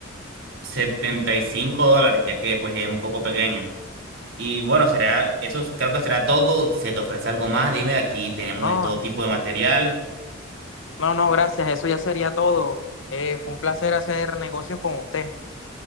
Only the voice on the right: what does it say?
75 dólares, ya que pues es un poco pequeño. Y bueno, será, eso es- creo que será todo. Se te ofrece algo más, dime, aquí tenemos
de todo tipo de material.